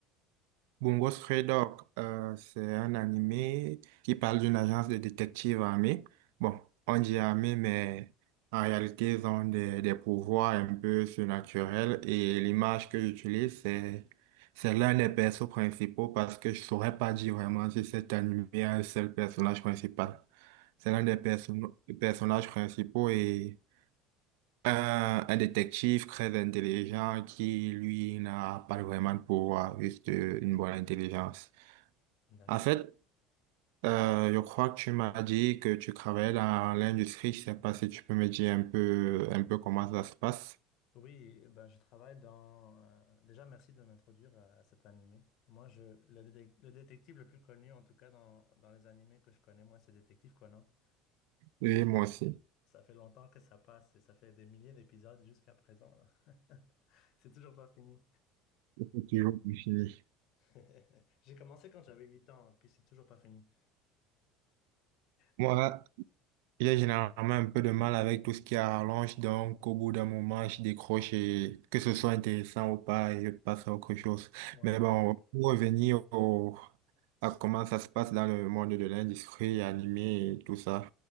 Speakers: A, on the right; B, on the left.
A: Bungo Stray Dog, euh, c'est un animé qui parle d'une agence de détectives armés. Bon, on dit armés, mais en réalité, ils ont des, des pouvoirs un peu surnaturels. Et l'image que j'utilise, c'est, c'est l'un des persos principaux parce que je saurais pas dire vraiment si cet animé a un seul personnage principal. C'est l'un des perso- personnages principaux et un, un détective très intelligent qui, lui, n'a pas vraiment de pouvoir, juste euh, une bonne intelligence.
B: D'accord.
A: En fait, euh, je crois que tu m'as dit que tu travaillais dans l'industrie. Je sais pas si tu peux me dire un peu, un peu comment ça se passe.
B: Oui, eh ben, je travaille dans... euh, Déjà, merci de m'introduire à, à cet animé. Moi, je... le, détec- le détective le plus connu, en tout cas dans, dans les animés que je connais, moi, c'est Détective Conan.
A: Et moi aussi.
B: Ça fait longtemps que ça passe et ça fait des milliers d'épisodes jusqu'à présent. là. <laughs> C'est toujours pas fini.
A: Je toujours plus fini.
B: <laughs> J'ai commencé quand j'avais 8 ans, puis c'est toujours pas fini.
A: Moi,
B: Ah,
A: j'ai généralement un peu de mal avec tout ce qui est rallonge, donc au bout d'un moment, je décroche et que ce soit intéressant ou pas, et je passe à autre chose.
B: ouais.
A: Mais bon, pour revenir au, à comment ça se passe dans le monde de l'industrie animée et tout ça.